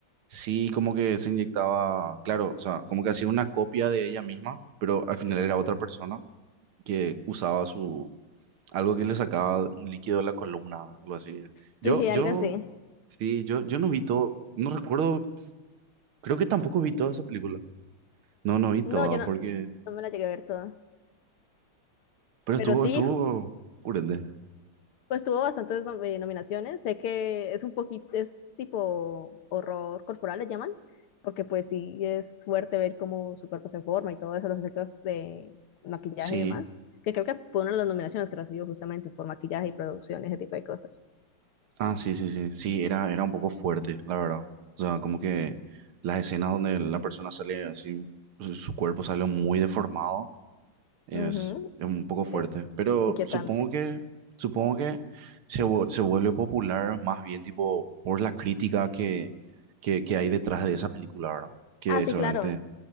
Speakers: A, on the right; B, on the left.
A: sí, como que se inyectaba, claro, o sea, como que hacía una copia de ella misma, pero al final era otra persona que usaba su algo que le sacaba un líquido de la columna, algo así.
B: Sí,
A: Yo, yo,
B: algo así.
A: sí, yo, yo no vi todo, no recuerdo Creo que tampoco vi toda esa película. No, no vi toda
B: No, yo no,
A: porque...
B: no me la llegué a ver toda.
A: Pero
B: Pero
A: estuvo,
B: sí,
A: estuvo... Purete.
B: Pues tuvo bastantes nom- eh, nominaciones. Sé que es un poquito, es tipo horror corporal, le llaman, porque pues sí es fuerte ver cómo su cuerpo se forma y todo eso, los efectos de maquillaje
A: Sí.
B: y demás. Que creo que fue una de las nominaciones que recibió justamente por maquillaje y producción, ese tipo de cosas.
A: Ah, sí, sí, sí. Sí, era, era un poco fuerte, la verdad. O sea, como que
B: Sí,
A: las escenas donde la persona sale así, su su cuerpo sale muy deformado, es,
B: Ujú,
A: es un poco fuerte.
B: Es claro.
A: Pero
B: inquietante.
A: supongo que, supongo que se, vu- se vuelve popular más bien tipo por la crítica que, que, que hay detrás de esa película, ¿verdad? Que
B: Ah, sí,
A: seguramente...
B: claro.